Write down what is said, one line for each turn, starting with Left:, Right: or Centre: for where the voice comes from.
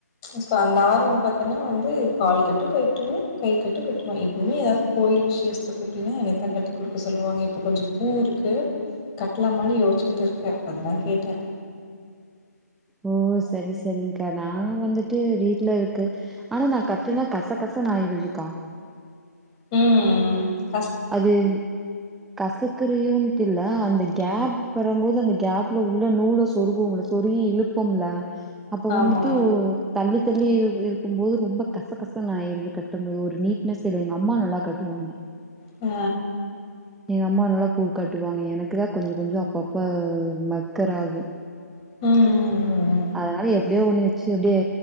Left: சோ அந்த ஆர்வோ பாத்தன்னா வந்து கால் கட்டு கட்டுவே கை கட்டும் கட்டுவே எப்பவுமே எதாவ்து கோயில் விஷேசத்துக்கு அப்டின்னா என்னைதா கட்டி குடுக்க சொல்லுவாங்க இப்போ கொஞ்சொ பூவுருக்கு கட்லாமான்னு யோச்சிக்கிட்டுருக்கே அதா கேட்ட
Centre: ஓ சரி சரிங்கா நா வந்துட்டு வீட்ல இருக்கு ஆனா நா கட்டுனா கச கசனு ஆயிருதுக்கா
Left: ம் ம்
Centre: அது கசக்குறியோன்ட்டு இல்ல அந்த கேப் வரும்போது அந்த கேப்ல உள்ள நூல சொருகுவோம்ல சொருகி இழுப்போம்ல அப்ப
Left: ஆமா.
Centre: வந்துட்டு உ தள்ளி தள்ளி இருக்கு இருக்கும் போது ரொம்ப கச கசன்னு ஆயிருது கட்டும் போது ஒரு நீட்னஸ் இல்ல எங்க அம்மா நல்லா கட்டுவாங்க
Left: ஆ
Centre: எங்க அம்மா நல்லா பூ கட்டுவாங்க எனக்குதா கொஞ்சொ கொஞ்சோ அப்பப்ப மக்கர் ஆகு
Left: ம் ம் ம் ம்
Centre: அதனால எப்டியோ ஒன்னு வச்சு அப்டியே